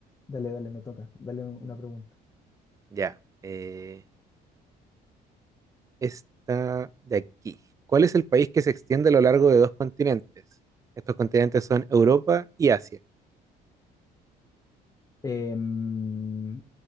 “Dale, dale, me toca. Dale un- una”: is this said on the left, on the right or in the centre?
Left